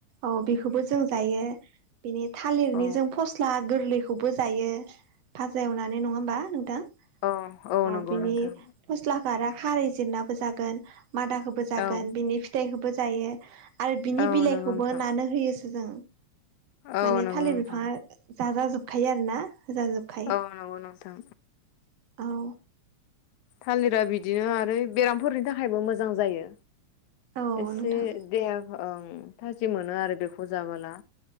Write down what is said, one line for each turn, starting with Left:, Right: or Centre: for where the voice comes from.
Right: औ बेखौबो जों जायो । बिनि थालिरनि
Left: औ
Right: जों फस्ला गोरलैखौबो जायो । भाजा एवनानै नङा होमबा नोंथां
Left: औ औ
Right: अ
Left: नंगौ
Right: बिनि
Left: नोंथां
Right: फस्लाखौ आरो खारै जिरनाबो जागोन मादाखौबो जागोन
Left: औ
Right: बिनि फिथाइखौबो जायो । आरो बिनि
Left: औ
Right: बिलाइखौबो
Left: नंगौ नोंथां
Right: नानो होयोसो जों
Left: औ
Right: माने
Left: नंगौ
Right: थालिर
Left: नोंथां
Right: बिफाङा जाजा जोबखायो आरोना होजाजोबखायो
Left: औ नंगौ नोंथां
Right: औ
Left: थालिरा बिदिनो आरो बेरामफोरनि थाखायबो मोजां जायो
Right: औ
Left: एसे
Right: नोंथां
Left: देहाखौबो थाजिम मोनो आरो बेखौ जाबोला